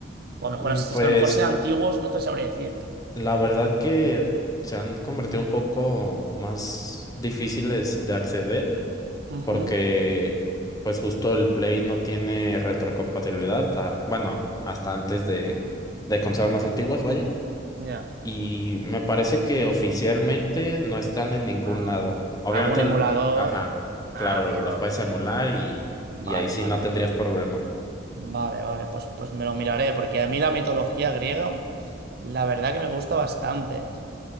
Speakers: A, on the right (about 55°); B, on the left (about 20°).
A: O a lo mejor,
B: Mm,
A: si
B: Pues
A: a lo mejor serán antiguos, no te sabría decir.
B: la verdad que se han convertido un poco más difíciles de acceder
A: Ujú,
B: porque pues justo el Play no tiene retrocompatibilidad, a- bueno, hasta antes de, de consolas más antiguas, vaya.
A: Ya.
B: Y me parece que oficialmente no están en ningún
A: Ah,
B: lado. Obviamente,
A: ¿algún emulador?
B: el- ajá, claro,
A: Ah, amigo.
B: los puedes emular y,
A: Vale,
B: y ahí sí
A: vale.
B: no tendrías problema.
A: Vale, vale. Pues, pues me lo miraré, porque a mí la mitología griega, la verdad que me gusta bastante.